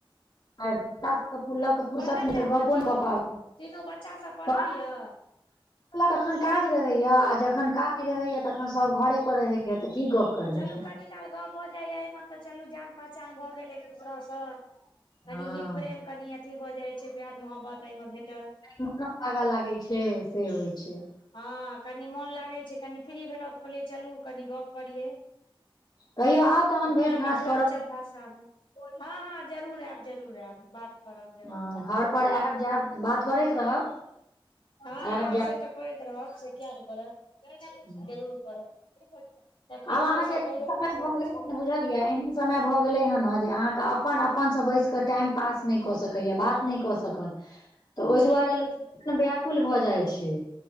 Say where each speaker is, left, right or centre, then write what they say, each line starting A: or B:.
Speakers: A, on the left; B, on the left.
A: आ ल के फुरसत
B: पढ़ैत हैत
A: गपो
B: ने तीनू
A: कऽ
B: तीनू बच्चा सब पढ़ैया
A: प तखन काज रहैया आ जखन काज रहैया तखन सभ घरे पर रहैया तऽ की गप करबै
B: चलू कनि काल गप भऽ जाइए एहिमे तऽ चलू जान पहचान भऽ गेल एक दूसरासँ कनि
A: हँ
B: हित प्रेम कनि अथी भऽ जाइ छै प्यार मोहब्बत एहिमे भेटल
A: सुन लागऽ लागै छै से होइ छैय
B: हँ कनि मोन लागैत छै कनि फ्री भेलहुँ तऽ कहलियै चलू कनि गप करियै।
A: कहियो आउ तहन
B: अपना
A: भेट घाँट
B: मिथिलाञ्चल
A: करब
B: भाषामे हँ हँ जरूर आयब जरूर आयब बात करब जरूर
A: ह घर पर आयब जायब बात करैत रहब
B: हँ
A: आयब
B: हँ से तऽ करैत रहब से कििया नहि करब।
A: जायब
B: जरूर करब तखन
A: आब
B: आओर
A: अहाँके
B: सब कहियो
A: समय
B: की करैत
A: भऽ गेलै
B: छिय
A: ने बुझलियै एहन समय भऽ गेलै हँ जे अहाँके अपन अपनसँ बैस कऽ टाइम पास नहि कऽ सकैएा बात नहि कऽ सकत तऽ ओहि
B: छैहे
A: दुआरे लोक
B: की
A: मन व्याकुल भऽ जाइ छै,